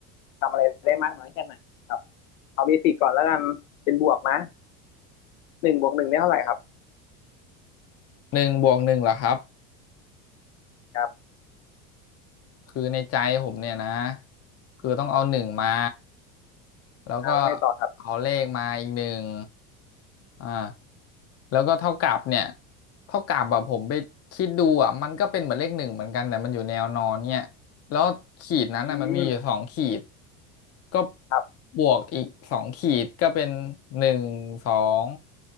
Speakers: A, on the left; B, on the left.
A: ทำอะไรได้มากน้อยแค่ไหนครับเอาเบสิกก่อนแล้วกันเป็นบวกนะหนึ่งบวกหนึ่งได้เท่าไหร่ครับ
B: หนึ่งบวกหนึ่งเหรอครับ
A: ครับ
B: คือในใจผมเนี่ยนะคือต้องเอาหนึ่งมาแล้วก็
A: อ่าแล้วไงต่อครับ
B: เอาเลขมาอีกหนึ่งอ่าแล้วก็เท่ากับเนี่ยเท่ากับแบบผมไปคิดดูอ่ะมันก็เป็นเหมือนเลขหนึ่งเหมือนกันแต่มันอยู่แนวนอนเนี่ยแล้วขีดนั้นอ่ะมันมีอยู่สองขีด
A: อืม
B: ก็
A: ครับ
B: บวกอีกสองขีดก็เป็นหนึ่งสอง